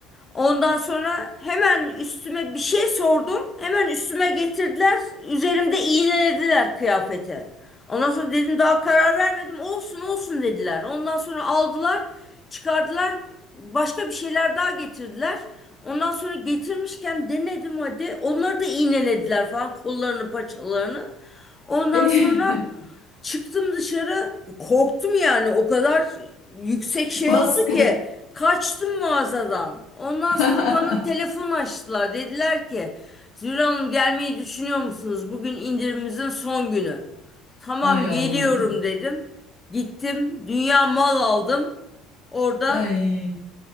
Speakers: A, on the left; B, on the left.
A: Ondan sonra hemen üstüme bir şey sordum. Hemen üstüme getirdiler. Üzerimde iğnelediler kıyafeti. Ondan sonra dedim daha karar vermedim. Olsun olsun dediler. Ondan sonra aldılar, çıkardılar. Başka bir şeyler daha getirdiler. Ondan sonra getirmişken denedim hadi. Onları da iğnelediler falan kollarını, paçalarını. Ondan
B: <laughs>
A: sonra Çıktım dışarı korktum yani o kadar yüksek şey
B: Baskı.
A: oldu ki kaçtım mağazadan. Ondan
B: <laughs>
A: sonra bana telefon açtılar dediler ki Zühre Hanım gelmeyi düşünüyor musunuz? Bugün indirimimizin son günü. Tamam
B: Ay Allah.
A: geliyorum dedim. Gittim dünya mal aldım. Orada
B: Ay.